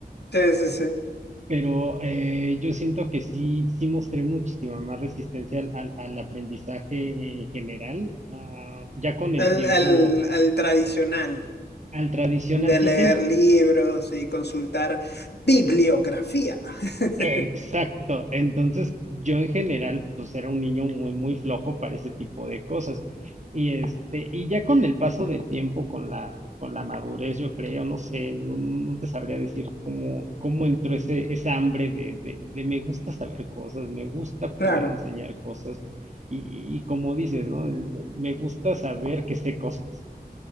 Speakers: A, on the left; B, on the right.
A: Sí, sí, sí.
B: Pero eh, yo siento que sí, sí mostré muchísima más resistencia al, al- al aprendizaje en general, ah, ya con el
A: Al,
B: tiempo,
A: al, al tradicional
B: al tradicional.
A: de
B: Sí
A: leer
B: tienes
A: libros y consultar bibliografía. <laughs>
B: Exacto. Entonces, yo en general, pues era un niño muy, muy flojo para ese tipo de cosas. Y este, y ya con el paso del tiempo, con la, con la madurez, yo creo, no sé, no, no te sabría decir cómo, cómo entró ese, esa hambre de, de, de me gusta saber cosas, me gusta poder
A: Claro.
B: enseñar cosas. Y, y- y como dices, ¿no? El- el me gusta saber que sé cosas.